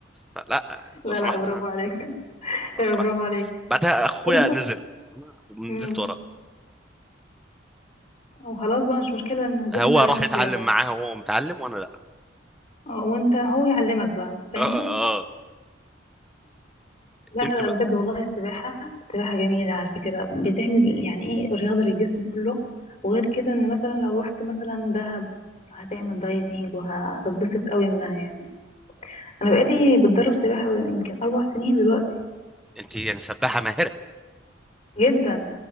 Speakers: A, in the centre; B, on the left.
A: فلا
B: لا
A: لو سمحت
B: لا برافو عليك <laughs>
A: لو
B: آه،
A: سمحت
B: برافو عليك
A: بعدها اخويا
B: طب انت
A: نزل فاهمة؟ ونزلت
B: امم
A: وراه
B: وخلاص بقى مش مشكلة ان هو
A: هو
B: انت تعلمكوا
A: راح يتعلم
B: السباحة
A: معاها وهو متعلم وانا لا
B: آه، وانت هو يعلمك بقى فاهم
A: اه اه آه.
B: لا
A: انت
B: لا
A: بقى
B: بجد والله السباحة السباحة جميلة على فكرة بتعمل يعني ايه رياضة للجسم كله وغير كده ان مثلا لو رحت مثلا دهب هتعمل دايفنج وهتتبسط قوي منها يعني انا بقالي بتدرب سباحة يمكن اربع سنين دلوقتي
A: انت يعني سباحه ماهره
B: جدا